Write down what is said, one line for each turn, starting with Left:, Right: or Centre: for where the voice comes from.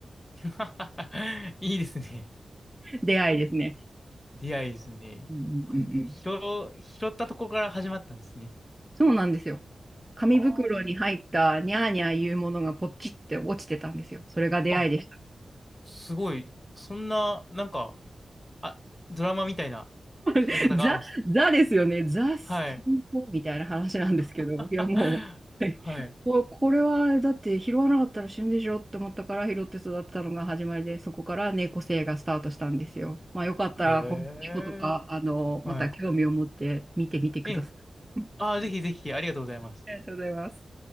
Left: <laughs> いいですね。
Right: 出会いですね。
Left: 出会いですね。
Right: うんうんうんうん。
Left: あ、拾、拾ったとこから始まったんですね。
Right: そうなんですよ。紙袋に入ったニャーニャーいうものがポチって落ちてたんですよ。
Left: は
Right: それが出会いでした。
Left: あ。あ、すごい。そんな、なんか、あ、ドラマみたいな拾い方があるんです。
Right: <laughs> ザ、ザですよね。ザステンポみたいな話なんですけど、
Left: はい。<laughs>
Right: いやもう、はい
Left: はい。
Right: <laughs> ここれはだって拾わなかったら死ぬでしょって思ったから拾って育てたのが始まりで、そこから猫生がスタートしたんですよ。まあよかったら、
Left: へえ。
Right: この猫とか、あの、
Left: はい。
Right: また興味を持って見てみてください。
Left: ええ
Right: <laughs>
Left: ああ、ぜひぜひ、ありがとうございます。
Right: ありがとうございます。